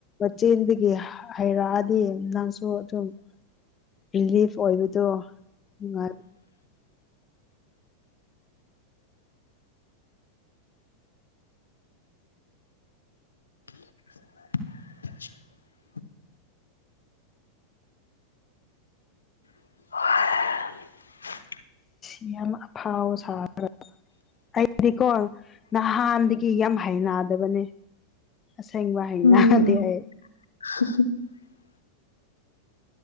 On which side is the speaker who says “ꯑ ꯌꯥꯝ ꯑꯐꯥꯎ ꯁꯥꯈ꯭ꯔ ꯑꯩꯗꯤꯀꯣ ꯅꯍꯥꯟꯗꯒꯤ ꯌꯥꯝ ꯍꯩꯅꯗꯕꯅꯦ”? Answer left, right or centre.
Left